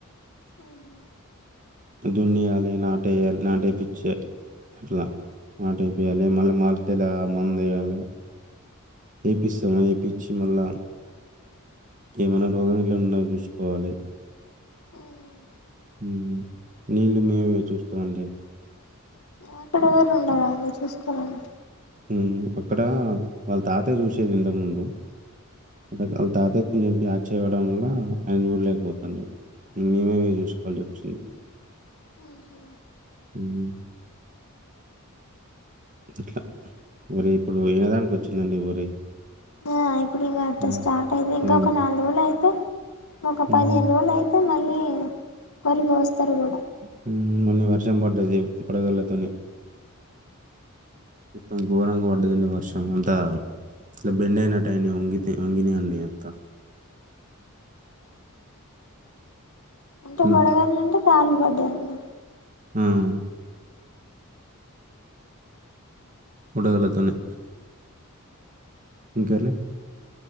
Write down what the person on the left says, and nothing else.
ఉహు
హుమ్
అక్కడ ఎవరు ఉండరా లే చూసుకోవడానికి
హుమ్ హు
ఆ ఇప్పుడు ఇంకా అట్ట
స్టార్ట్ అయ్యింది ఇంకా
ఒక నాలుగు రోజులు అయితే ఒక
పదిహేను రోజులు అయితే మళ్ళీ హుమ్ వరి గోస్తరు గా
మొత్తం
వడగండ్లంట కాలు బడ్డదన్ లే